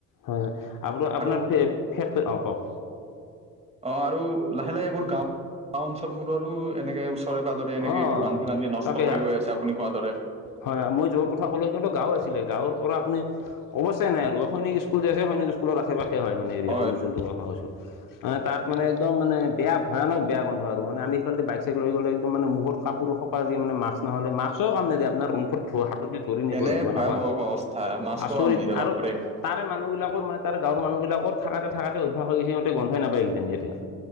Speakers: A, on the left; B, on the right.
A: হয় হয় আপ আপোনাৰ
B: আৰু
A: ফেক অ কওক।
B: অ আৰু লাহে লাহে এইবোৰ গাও গাও অঞ্চল বোৰৰো এনেকে ওচৰে পাজৰে। এনেকে
A: অঁ
B: এইবোৰ বান্ধি বান্ধি নষ্ট
A: তাকে
B: কৰি গৈ আছে আপুনি কোৱা দৰে।
A: হয় হয় মই যোৰ কথা ক'লো যে গাঁও আছিলে গাঁৱৰ পৰা আপুনি। অৱশ্যে নাই আৰু সৈনিক স্কুল যে আছে সৈনিক স্কুলৰ আশে পাশে হয় মানে এৰিয়াাটো
B: হয়
A: মই যোনটো কথা কৈছোঁ। অ, তাত মানে একদম মানে বেয়া ভয়ানক বেয়া গন্ধ আৰু আমি সিফালদি বাইক চাইক লৈ গ'লে একদম মানে মুখত কাপোৰ সপা দি মানে মাক্স নহ'লে মাক্সও কাম নিদিয়ে আপনাৰ মুখত ধোৱা হাতদি ধৰি নিব
B: এনে
A: লাগিব
B: ভয়াৱহ
A: এনেকুৱা
B: অৱস্থা মাছ খোৱা
A: আচৰিত
B: আমনিৰে
A: আৰু
B: বাপৰে
A: তাৰে মানুহবিলাকৰ মানে তাৰ গাঁৱৰ মানুহবিলাকৰ থাকাতে- থাকাতে অভ্যাস হৈ গেছি সিহঁতে গন্ধই নাপায় কিজানি এতিয়া।